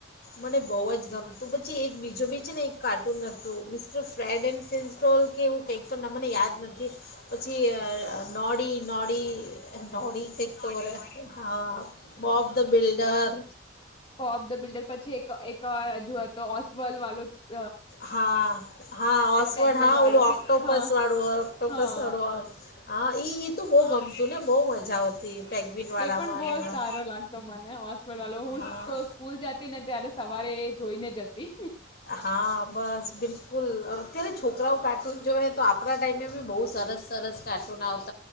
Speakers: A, on the left (about 50°); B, on the left (about 25°).
A: મને બહુ જ ગમતું પછી એક બીજું બી છે ને એક કાર્ટૂન હતું મિસ્ટર ફ્રેડ એન્ડ ફિસ્ટોલ કે એવું કંઈક તો નામ મને યાદ નથી પછી નોડી નોડી નોડી <unintelligible> તરે હા બોબ ધ બિલ્ડ. ઘર
B: પોફ ધ બિલ્ડર પછી એક એક રજુ હતો ઓસબલ વાલો જ
A: હા હા ઓસ્વોલ્ડ
B: પેંગ્વેન
A: હા
B: વાળો
A: ઓલું ઓક્ટોપસ
B: હા
A: વાળું હો ઓક્ટોપસ
B: હા
A: વાળું હો હા ઈ તું બહુ ગમતું ને બહુ જ મજા આવતી. પેંગ્વિનવાળામાં
B: એ પણ બહુ
A: ને એમાં
B: સારો લાગતો મને હોસ્પિટલ
A: હા
B: હું તો સ્કૂલ જતી ને ત્યારે સવારે જોઈને જતી
A: હા બસ બિલકુલ અત્યારે છોકરાઓ કાર્ટૂન જોએ તો આપણા ટાઈમે બી બહુ સરસ સરસ કાર્ટૂન આવત